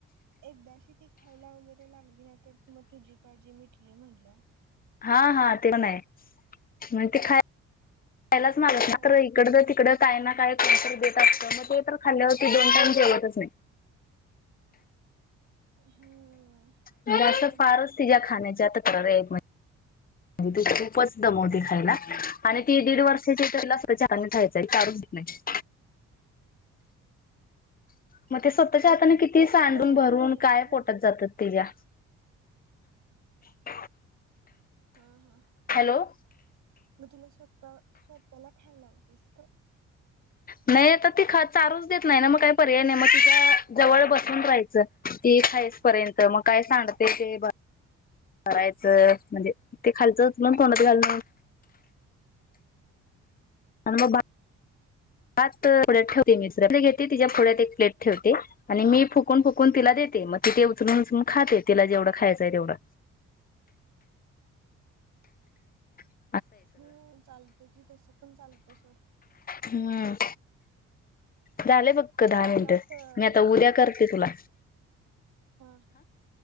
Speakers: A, on the right (about 75°); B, on the left (about 30°).
A: एकदाशी ती खायला वगैरे लागली ना तर मग तुझी काळजी मिटली म्हणल्या
B: हा हा ते पण आहे मण ते खाय पयलाच मलात
A: तिला
B: मात्र
A: काय
B: इकड तिकड काय ना काय कोणतरी देत असत मग ते तर खाल्ल्यावर क दोन टाईम जेवतच नाही
A: हम्म
B: म असं
A: मुलांच
B: फारच
A: तसच
B: तिच्या्या खाण्याच्या
A: असत
B: आता करर आहेत म म्हज त खूपच दमवते खायला आणि ती दीड वर्ष ला खायच्या चारूच नाही मग ते स्वतःच्या हाताने
A: तू तू
B: किती सांडून
A: भरव
B: भरून
A: भरवत
B: काय
A: नाहीस
B: पोटत
A: का
B: जातात त्यािच्या <inaudible>
A: हा हा
B: हॅलो
A: मग तुला स्वता स्वतला खायलावतेस का
B: ह <inaudible> नाही तर ती ख चारूच देत नाही ना मग काही पर्याय नाही मग तिच्या जवळ बसून राहायचं ती खाय पर्यंत मग काय सांडते ते बरायचं म्हणजे ते खालचं पण तोंडात घाल म म बा हात फोड्यात ठेवते मि घेते तिच्या फोड्यात एक प्लेट ठेवते आणि मी फुकून फुकून तिला देते मग मग तिथे उचलून उचून खाते तिला जेवढं खायचंय तेवढा <inaudible>
A: हो चालतं कि तसं पण चालतं सोड
B: हम्म झाले बक्क दहा
A: पण
B: मिनटं
A: ह्यात तुला
B: मी आता उद्या करते तुला
A: हा ह